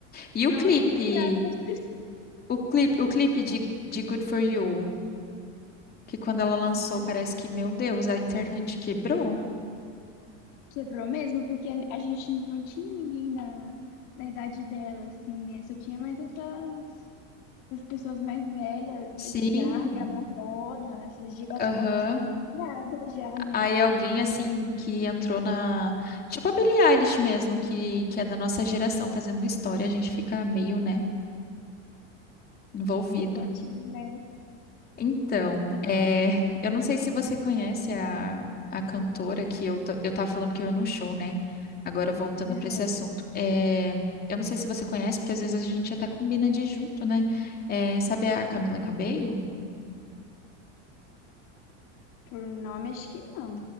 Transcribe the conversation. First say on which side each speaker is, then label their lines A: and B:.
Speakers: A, on the left (about 25°); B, on the left (about 55°).
A: E o
B: Nossa,
A: clipe,
B: nem lembrava dessa.
A: o clipe, o clipe de, de Good For You, que quando ela lançou,
B: <laughs>
A: parece
B: Ah,
A: que, meu Deus, a internet quebrou.
B: Quebrou mesmo, porque a gente não tinha ninguém da, da idade dela, assim, né? Só tinha mais essas, essas pessoas mais velhas,
A: Sim,
B: Lady Gaga, Madonna, essas divas
A: aham.
B: pop mais criadas já, né?
A: Aí alguém assim que entrou na, tipo a Billie Eilish mesmo, que que é da nossa geração fazendo história, a gente fica meio, né, envolvido.
B: Pesativas, né?
A: Então, é, eu não sei se você conhece a, a cantora que eu, ta- eu tava falando que eu ia no show, né? Agora voltando
B: Aham.
A: para esse assunto. É, eu não sei se você conhece, porque às vezes a gente até combina de ir junto, né? É, sabe a Camila Cabello?
B: Por nome, acho que não.